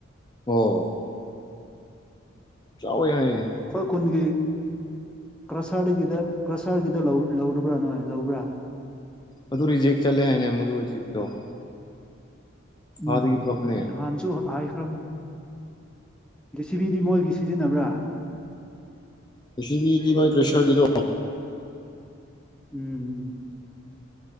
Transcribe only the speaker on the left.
ꯑꯣ ꯆꯥꯎꯋꯦ ꯍꯥꯏꯌꯦ
ꯑꯗꯨ ꯔꯤꯖꯦꯛ ꯆꯠꯂꯦ ꯍꯥꯏꯅꯦ ꯃꯗꯨ <unintelligible>
ꯑꯥꯗꯒꯤ ꯄꯨꯔꯛꯄꯅꯦ
ꯗꯤꯁꯤꯕꯤꯗꯤ ꯃꯣꯏ ꯀ꯭ꯔꯦꯁꯔꯒꯤꯗꯣ